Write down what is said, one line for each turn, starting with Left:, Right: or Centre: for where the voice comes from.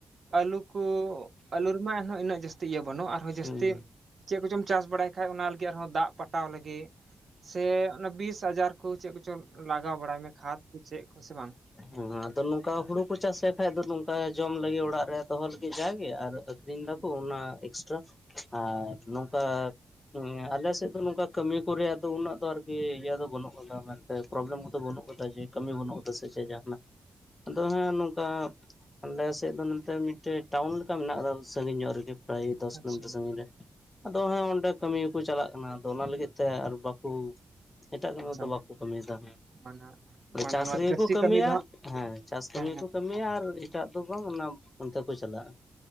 Right: ᱟᱹᱞᱩ ᱠᱚ ᱟᱹᱞᱩ ᱨᱮᱢᱟ ᱮᱱᱦᱚᱸ ᱩᱱᱟᱹᱜ ᱡᱟᱹᱥᱛᱤ ᱤᱭᱟᱹ ᱵᱟᱹᱱᱩᱜᱼᱟ ᱟᱨᱦᱚᱸ ᱡᱟᱹᱥᱛᱤ
Left: ᱦᱩᱸ
Right: ᱪᱮᱫ ᱠᱚᱪᱚᱢ ᱪᱟᱥ ᱵᱟᱲᱟᱭ ᱠᱷᱟᱡ ᱚᱱᱟ ᱞᱟᱹᱜᱤᱫ ᱟᱨᱦᱚᱸ ᱫᱟᱜ ᱯᱟᱴᱟᱣ ᱞᱟᱹᱜᱤᱫ ᱥᱮ ᱚᱱᱟ ᱵᱤᱥ ᱟᱡᱟᱨ ᱠᱚ ᱪᱮᱫ ᱠᱚᱪᱚ ᱞᱟᱜᱟᱣ ᱵᱟᱲᱟᱭ ᱢᱮ ᱠᱷᱟᱫᱽ ᱠᱚ ᱪᱮᱫ ᱠᱚ ᱥᱮ ᱵᱟᱝ?
Left: ᱦᱚᱸ ᱟᱫᱚ ᱱᱚᱝᱠᱟ ᱦᱩᱲᱩ ᱠᱚ ᱪᱟᱥᱮᱫ ᱠᱷᱟᱡ ᱫᱚ ᱱᱚᱝᱠᱟ ᱡᱚᱢ ᱞᱟᱹᱜᱤᱫ ᱚᱲᱟᱜ ᱨᱮ ᱫᱚᱦᱚ ᱞᱟᱹᱜᱤᱫ ᱡᱟᱜᱮ ᱟᱨ ᱟᱠᱷᱨᱤᱧ
Right: ᱦᱮᱸ
Left: ᱫᱟᱠᱚ ᱚᱱᱟ ᱮᱠᱥᱴᱨᱟ ᱟᱨ ᱱᱚᱝᱠᱟ ᱦᱮᱸ ᱟᱞᱮᱥᱮᱫ ᱫᱚ ᱱᱚᱝᱠᱟ ᱠᱟᱹᱢᱤ ᱠᱚ ᱨᱮᱭᱟᱜ ᱫᱚ ᱩᱱᱟᱹᱜ ᱫᱚ ᱟᱨᱠᱤ ᱤᱭᱟᱹ ᱫᱚ ᱵᱟᱹᱱᱩᱜ ᱠᱟᱫᱟ ᱢᱮᱱᱛᱮ ᱯᱨᱚᱵᱞᱮᱢ ᱠᱚᱫᱚ ᱵᱟᱹᱱᱩᱜ ᱠᱟᱫᱟ ᱡᱮ ᱠᱟᱹᱢᱤ ᱵᱟᱹᱱᱩᱜ ᱠᱟᱫᱟ ᱥᱮ ᱪᱮᱫ ᱡᱟᱦᱟᱸᱱᱟᱜ ᱟᱫᱚ ᱦᱮᱸ ᱱᱚᱝᱠᱟ ᱚᱞᱮ ᱥᱮᱫ ᱫᱚ ᱱᱚᱛᱮ ᱢᱤᱫᱴᱮᱡ ᱴᱟᱣᱩᱱ ᱞᱮᱠᱟ ᱢᱮᱱᱟᱜ ᱠᱟᱫᱟ ᱥᱟᱺᱜᱤᱧ ᱧᱚᱜ ᱨᱮᱜᱮ᱾ ᱯᱨᱟᱭ ᱫᱚᱥ
Right: ᱟᱪᱪᱷᱟ
Left: ᱠᱤᱞᱳᱢᱤᱴᱟᱨ ᱥᱟᱜᱤᱧ ᱨᱮ ᱟᱫᱚ ᱦᱮᱸ ᱚᱸᱰᱮ ᱠᱟᱹᱢᱤ ᱦᱚᱠᱚ ᱪᱟᱞᱟᱜ ᱠᱟᱱᱟ ᱟᱫᱚ ᱚᱱᱟ ᱞᱟᱹᱜᱤᱫ ᱛᱮ ᱟᱨ ᱵᱟᱠᱩ ᱮᱴᱟᱜ ᱠᱟᱹᱢᱤ
Right: ᱟᱪᱪᱷᱟ
Left: ᱫᱚ ᱵᱟᱠᱚ ᱠᱟᱹᱢᱤᱭᱫᱟ
Right: ᱢᱟᱱᱮ ᱢᱟᱱᱮ
Left: ᱪᱟᱥ
Right: ᱱᱚᱣᱟ
Left: ᱨᱮᱜᱮ
Right: ᱪᱟᱹᱥᱤ
Left: ᱠᱚ ᱠᱟᱹᱢᱤᱭᱟ
Right: ᱠᱟᱹᱢᱤ ᱫᱚ ᱦᱟᱸᱜ
Left: ᱦᱮᱸ ᱪᱟᱥ ᱠᱟᱹᱢᱤ
Right: ᱦᱮᱸ
Left: ᱜᱮ ᱠᱚ ᱠᱟᱹᱢᱤᱭᱟ ᱟᱨ ᱮᱴᱟᱜ ᱫᱚ ᱵᱟᱝ ᱚᱱᱟ ᱚᱱᱛᱮ ᱠᱚ ᱪᱟᱞᱟᱜᱼᱟ ᱾